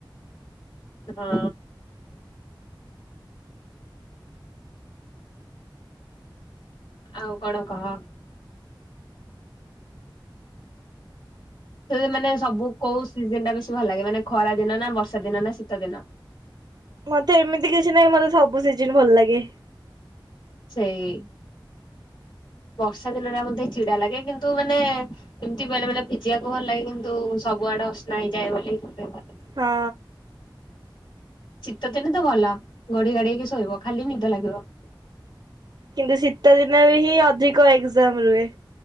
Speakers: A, on the left (about 60°); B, on the right (about 55°).
A: ହଁ। ଆଉ କଣ କହ? ସେ ମାନେ ସବୁ କୋଉ ସିଜିନ୍ ଟା ବେଶୀ ଭଲ ଲାଗେ ମାନେ ଖରା ଦିନ ନା ବର୍ଷା ଦିନ ନା ଶୀତ ଦିନ?
B: ମତେ ଏମିତି କିଛି ନାହିଁ ମତେ ସବୁ ସିଜିନ୍ ଭଲ ଲାଗେ।
A: ସେଇ ବର୍ଷା ଦିନଟା ମୋତେ ଚିଡା ଲାଗେ କିନ୍ତୁ ମାନେ ଏମିତି ବେଳେ ବେଳେ ଭିଜିବାକୁ ଭଲ ଲାଗେ କିନ୍ତୁ ସବୁଆଡେ ଅସନା ହେଇଯାଏ ବୋଲିତେ ଭଲ ଲାଗେନି।
B: ହଁ।
A: ଶୀତ ଦିନ ତ ଭଲ ଘୋଢି ଘାଡେଇକି ଶୋଇବ ଖାଲି ନିଦ ଲାଗିବ।
B: କିନ୍ତୁ ଶୀତ ଦିନରେ ହିଁ ଅଧିକ ଏକ୍ଜାମ ରୁହେ।